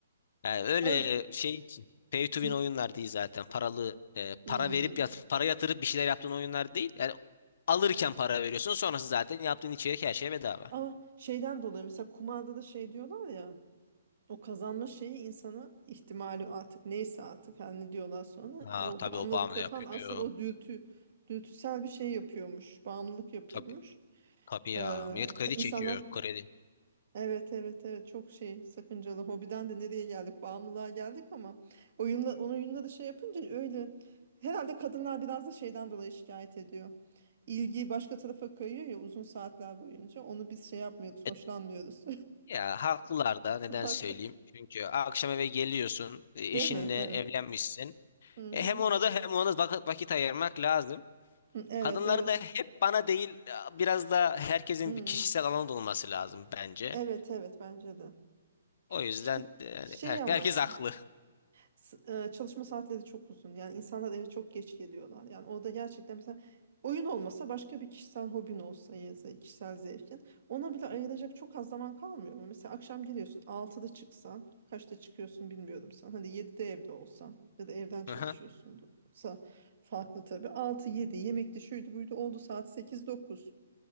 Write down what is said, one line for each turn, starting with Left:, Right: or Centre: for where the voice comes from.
Left: yani öyle
Right: <laughs> Ama,
Left: şey için. Pay to
Right: bir-
Left: win oyunlar değil zaten. Paralı e,
Right: hmm.
Left: para verip yat, para yatırıp bir şeyler yaptığın oyunlar değil. Yani alırken para veriyorsun sonrası zaten yaptığın içerik her şey bedava.
Right: Ama şeyden dolayı mesela kumarda da şey diyorlar ya o kazanma şeyi insana ihtimali artık neyse artık her ne diyorlar sonra
Left: Ha
Right: o
Left: tabii
Right: bağımlılık
Left: o bağımlı
Right: yapan
Left: yapıyor.
Right: asıl o dürtü dürtüsel bir şey yapıyormuş. Bağımlılık yapıyormuş.
Left: Tabii. Tabii ya.
Right: Ee,
Left: Millet kredi
Right: ke- insanlar
Left: çekiyor. Kredi.
Right: Evet evet evet çok şey sakıncalı hobiden de nereye geldik bağımlılığa geldik ama oyunla onun oyunla da şey yapınca öyle herhalde kadınlar biraz da şeyden dolayı şikayet ediyor. İlgi başka tarafa kayıyor ya uzun saatler boyunca onu biz şey yapmıyoruz
Left: E,
Right: hoşlanmıyoruz.
Left: Ya haklılar da neden
Right: <laughs> Haklı.
Left: söyleyeyim? Çünkü akşam eve geliyorsun, e, eşinle
Right: Değil mi? Evet.
Left: evlenmişsin.
Right: Hı-hı.
Left: E, hem ona da hem ona da vak- vakit ayırmak lazım.
Right: Evet
Left: Kadınları
Right: evet.
Left: da hep bana değil, e, biraz da herkesin
Right: Hı.
Left: bir kişisel alanı da olması lazım bence.
Right: Evet evet bence de.
Left: O yüzden
Right: İşte
Left: e, yani
Right: şey
Left: her-
Right: ama
Left: herkes
Right: ya.
Left: haklı.
Right: S- e, çalışma saatleri çok uzun. Yani insanlar eve çok geç geliyorlar. Yani orada gerçekten mesela oyun olmasa başka bir kişisel hobin olsa ya da kişisel zevkin. Ona bile ayıracak çok az zaman kalmıyor mu? Mesela akşam geliyorsun altıda çıksan kaçta çıkıyorsun bilmiyorum sen. Hadi 7'de evde olsan ya da evden çalışıyorsunsa
Left: <laughs>
Right: farklı tabii. altı yedi yemekti şuydu buydu oldu saat sekiz dokuz